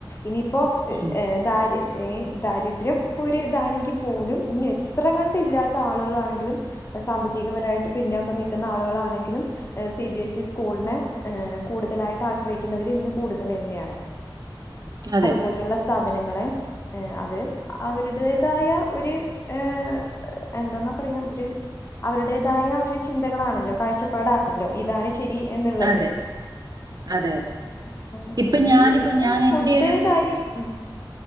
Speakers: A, on the left; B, on the right.
A: ഇനിയിപ്പോ
B: ഉം.
A: ഏഹ് ദാര് ഏഹ് ദാരിദ്ര്യം ഇപ്പൊ ഒരു ഇതാണെങ്കി പോലും ഇനി എത്ര കണ്ട് ഇല്ലാത്ത ആളുകളാണെങ്കിലും സാമ്പത്തികപരായിട്ട് പിന്നൊക്കെ നിക്കുന്ന ആളുകളാണെങ്കിലും എഹ് സി ബി എസ് ഇ സ്കൂളിനെ ഏഹ് കൂടുതലായിട്ട് ആശ്രയിക്കുന്നവര് ഇന്ന് കൂടുതല് ന്നെയാണ്
B: അതെ.
A: അതുപോലെയുള്ള സ്ഥാപനങ്ങളെ ഏഹ് അത് അവരുടേതായ ഒര് ഏഹ് എന്താന്നാ പറയാം ഒരു അവരുടേതായ ഒരു ചിന്തകളാണല്ലോ കാഴ്ചപ്പാടാണല്ലോ ഇതാണ് ശരി എന്നുള്ളത്
B: അതെ. അതെ, അതെ.
A: ഔ
B: ഇപ്പൊ
A: പിന്നെ
B: ഞാനിപ്പോ
A: ഇപ്പൊ
B: ഞാൻ
A: ഫുഡ്
B: എന്റെ
A: കാര്യം ഉം